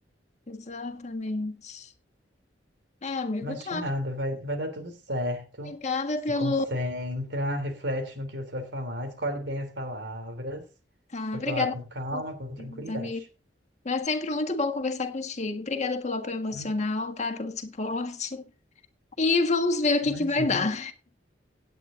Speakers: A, on the left; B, on the right.
A: Exatamente. É, amigo,
B: Mas
A: tá.
B: que nada, vai, vai dar tudo certo,
A: Obrigada
B: se
A: pelo
B: concentra, reflete no que você vai falar, escolhe bem as palavras
A: Tá,
B: para
A: obrigada,
B: falar com calma, com tranquilidade.
A: meus amigos. Mas é sempre muito bom conversar contigo. Obrigada pelo apoio emocional,
B: Hum,
A: tá? Pelo suporte. E vamos ver o que
B: Imagina.
A: que vai dar.